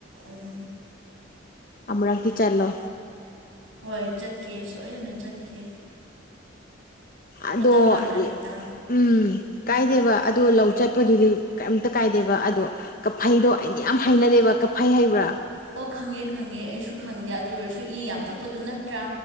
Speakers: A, on the right; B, on the left.
A: ꯎꯝ
B: ꯑꯃꯨꯔꯛꯇꯤ ꯆꯠꯂꯣ
A: ꯍꯣꯏ ꯆꯠꯀꯦ ꯁꯣꯏꯗꯅ ꯆꯠꯀꯦ
B: ꯑꯗꯣ
A: ꯃꯇꯝ ꯂꯥꯛꯀꯅꯤꯗ
B: ꯑꯩ ꯎꯝ ꯀꯥꯏꯗꯦꯕ ꯑꯗꯣ ꯂꯧ ꯆꯠꯄꯗꯨꯗꯤ ꯀꯩꯝꯇ ꯀꯥꯏꯗꯦꯕ ꯑꯗꯣ ꯀꯐꯩꯗꯣ ꯑꯩꯗꯤ ꯌꯥꯝ ꯍꯩꯅꯗꯦꯕ ꯀꯐꯩ ꯍꯥꯏꯕ꯭ꯔꯥ
A: ꯑꯣ ꯈꯪꯉꯦ ꯈꯪꯉꯦ ꯑꯩꯁꯨ ꯈꯪꯗꯦ ꯑꯗꯨ ꯑꯣꯏꯔꯁꯨ ꯏ ꯌꯥꯝ ꯊꯣꯛꯄꯗꯨ ꯅꯠꯇ꯭ꯔꯥ